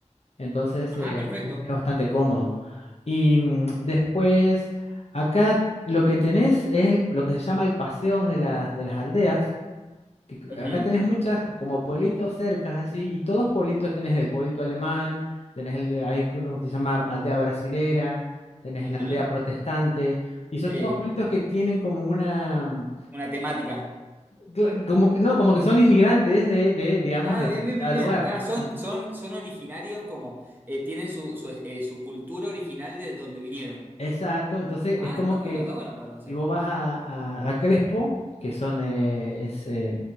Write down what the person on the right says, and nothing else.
Ajá,
perfecto.
Ujú,
ujú.
Sí.
Una temática.
Ah,
bien, bien,
bien,
bien. Ah, son,
son, son originarios como eh, tienen su, su, eh, su cultura original de donde vinieron.
Ah,
está bueno,
está bueno para conocer.